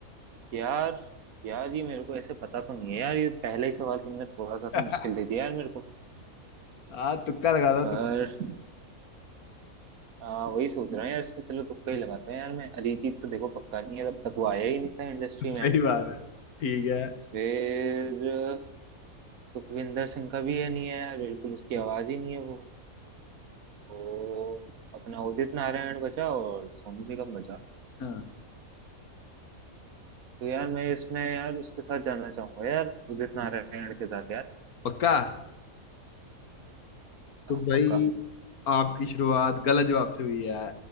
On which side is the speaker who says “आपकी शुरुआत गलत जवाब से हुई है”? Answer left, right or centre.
Left